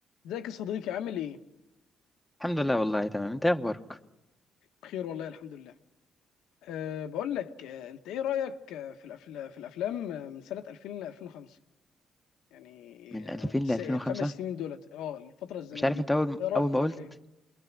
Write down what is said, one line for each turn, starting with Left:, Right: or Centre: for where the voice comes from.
Left: ازيك يا صديقي عامل ايه؟
Centre: الحمد لله والله تمام انت ايه اخبارك
Left: بخير والله الحمد لله. أه بقول لك أه انت ايه رأيك آه، في الافلام في الافلام آه، من سنة 2000 ل 2005 يعني
Centre: من
Left: آه،
Centre: 2000
Left: الس-
Centre: ل 2005
Left: الخمس سنين دولت اه الفترة الزمنية
Centre: مش عارف
Left: دي
Centre: انت اول
Left: ايه رأيك
Centre: اول
Left: في
Centre: ما
Left: الافلام؟
Centre: قلت